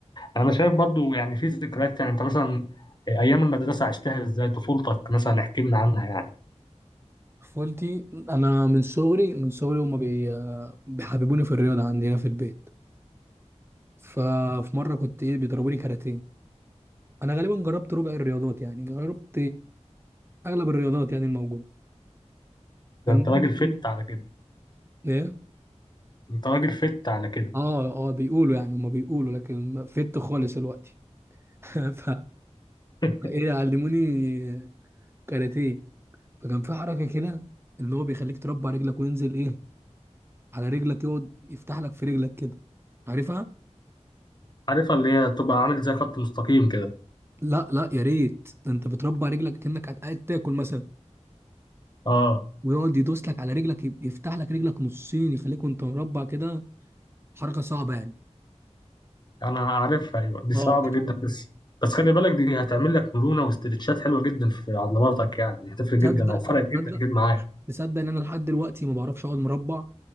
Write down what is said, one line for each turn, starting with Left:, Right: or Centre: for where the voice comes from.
Left: انا شايف برضو يعني في ذكريات تانية انت مثلا ايام المدرسه عشتها ازاي طفولتك مثلا احكي لنا عنها يعني
Right: طفولتي انا من صغري من صغري هما بي... بيحببوني في الرياضه عندنا في البيت ففي مره كنت ايه بيضربوني كاراتيه انا غالبا جربت ربع الرياضات يعني جربت اغلب الرياضات يعني الموجوده
Left: ده
Right: فالمهم
Left: انت راجل فت
Right: ايه
Left: على كده
Right: إيه؟
Left: انت راجل فت على كده
Right: اه اه بيقولوا يعني هما بيقولوا لكن فت خالص الوقت <laughs> ف-
Left: <laughs>
Right: فايه علموني كاراتيه فكان في حركه كده ان هو بيخليك تربع رجلك وينزل ايه على رجلك يقعد يفتح لك في رجلك كده عارفها
Left: عارفها اللي هي تبقى عامل زي خط مستقيم كده
Right: لا لا يا ريت ده انت بتربع رجلك كأنك قاعد تاكل مثلا
Left: اه
Right: ويقعد يدوس لك على رجلك يب- يفتح لك رجلك نصين يخليك وانت مربع كده حركه صعبه يعني
Left: انا عارفها ايوه دي
Right: اه
Left: صعبه جدا بس بس خلي بالك دي هتعمل لك مرونه واسترتشات حلوه جدا في عضلاتك يعني هتفرق جدا
Right: جدا
Left: او فرقت
Right: تصدق
Left: جدا
Right: تصدق
Left: جدا معاك
Right: تصدق ان انا لحد دلوقتي ما بعرفش اقعد مربع